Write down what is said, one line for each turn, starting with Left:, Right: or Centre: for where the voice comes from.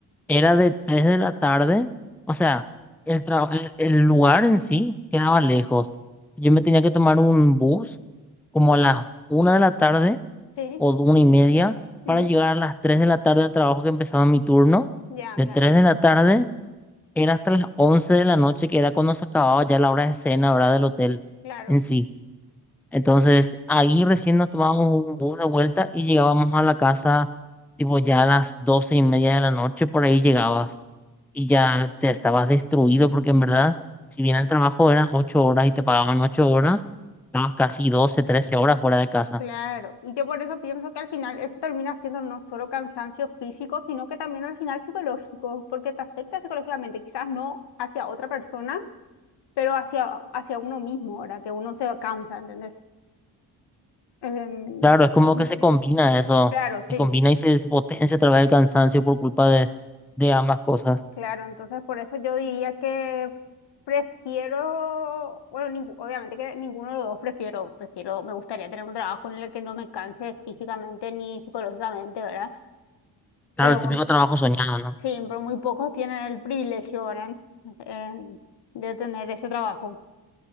Centre: era de 3 de la tarde, o sea, el, tra- el, el lugar en sí quedaba lejos. Yo me tenía que tomar un bus como a las una de la tarde
Left: sí.
Centre: o de una y media
Left: ujú,
Centre: para llegar a las 3 de la tarde al trabajo que empezaba mi turno.
Left: Ya,
Centre: De
Left: claro,
Centre: 3 de la tarde era hasta las 11 de la noche, que era cuando se acababa ya la hora de cena, ¿verdad? Del hotel
Left: claro.
Centre: en sí. Entonces, ahí recién nos tomábamos un bus de vuelta y llegábamos a la casa, tipo ya a las doce y media de la noche, por ahí llegabas y ya te estabas destruido, porque en verdad, si bien el trabajo eran ocho horas y te pagaban ocho horas, estabas casi doce, trece horas fuera de casa.
Left: Claro, y yo por eso pienso que al final eso termina siendo no solo cansancio físico, sino que también al final psicológico, porque te afecta psicológicamente, quizás no hacia otra persona, pero hacia, hacia uno mismo, ahora que uno se cansa, ¿entendés? Em,
Centre: Claro, es como
Left: un-
Centre: que se combina eso,
Left: claro, sí,
Centre: se combina y se, se potencia a través del cansancio por culpa de, de ambas cosas.
Left: claro, entonces por eso yo diría que prefiero, bueno, ningú- obviamente que ninguno de los dos prefiero, prefiero, me gustaría tener un trabajo en el que no me canse físicamente ni psicológicamente, ¿verdad?
Centre: Claro,
Left: Pero
Centre: el típico trabajo soñado, ¿no?
Left: Sí, pero muy pocos tienen el privilegio ahora en- de tener ese trabajo.